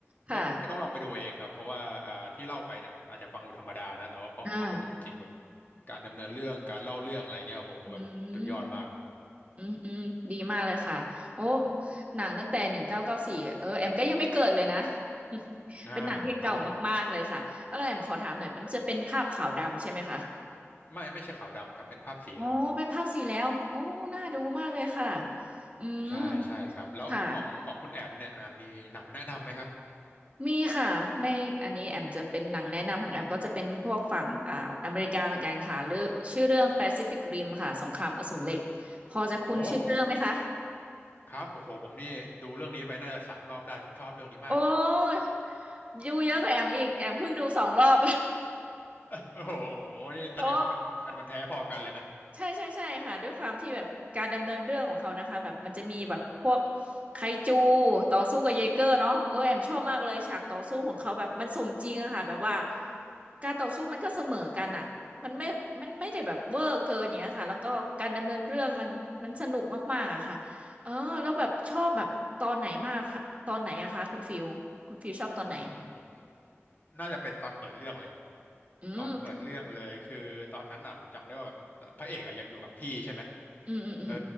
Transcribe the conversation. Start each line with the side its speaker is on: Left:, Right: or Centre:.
Right: ค่ะ
Left: ต้องต้องลองไปดูเองครับเพราะว่าอ่าที่เล่าไปเนี่ยมันอาจจะฟังดูธรรมดานะแต่ว่าพอเอาไปดูจริงแบบ
Right: อ่า
Left: การดำเนินเรื่องการเล่าเรื่องอะไรเงี้ยโอ้โหแบบสุดยอดมาก
Right: อืม อืมอืมดีมากเลยค่ะโอ้หนังตั้งแต่หนึ่งเก้าเก้าสี่เออแอมก็ยังไม่เกิดเลยนะ <laughs>
Left: อ่าครับผม
Right: เป็นหนังที่เก่ามากๆเลยค่ะเออแอมขอถามหน่อยมันจะเป็นภาพขาวดำใช่ไหมคะ
Left: ไม่ไม่ใช่ขาวดำครับเป็นภาพสีแล้ว
Right: อ๋อเป็นภาพสีแล้วโอ้น่าดูมากเลยค่ะอืม
Left: ใช่ใช่ครับแล้วของของคุณแอมเนี่ยอ่ามีหนังแนะนำไหมครับ
Right: ค่ะมีค่ะไม่อันนี้แอมจะเป็นหนังแนะนำของแอมก็จะเป็นพวกฝั่งอ่าอเมริกาเหมือนกันค่ะเรื่องชื่อเรื่อง Pacific Rim ค่ะสงครามอสูรเหล็กพอจะคุ้นชื่อเรื่องไหมคะ
Left: โอ้โหครับโอ้โหผมนี่ดูเรื่องนี้ไปน่าจะสามรอบได้ผมชอบเรื่องนี้มาก
Right: โอ้ดูเยอะกว่าแอมอีกแอมเพิ่งดูสองรอบ <laughs>
Left: โอ้โหนี่แสดงว่าเป็นแฟนพันธุ์แท้พอกันเลยนะ
Right: โอ้ใช่ใช่ใช่ค่ะด้วยความที่แบบการดำเนินเรื่องของเขานะคะแบบมันจะมีแบบพวกไคจูต่อสู้กับเยเกอร์เนาะเออแอมชอบมากเลยฉากต่อสู้ของเขาแบบมันสมจริงอะค่ะแบบว่าการต่อสู้มันก็เสมอกันอะมันไม่มันไม่ได้แบบเวอร์เกินอย่างเงี้ยค่ะแล้วก็การดำเนินเรื่องมันมันสนุกมากๆอะค่ะเออแล้วแบบชอบแบบตอนไหนมากค่ะตอนไหนอะคะคุณฟิวคุณฟิวชอบตอนไหน
Left: อืมผมน่าจะเป็นตอนเปิดเรื่องเลย
Right: อืม
Left: ตอนเปิดเรื่องเลยคือตอนนั้นอ่ะผมจำได้ว่าแบบพระเอกอ่ะยังอยู่กับพี่ใช่ไหม
Right: อืมอืมอืม
Left: เออ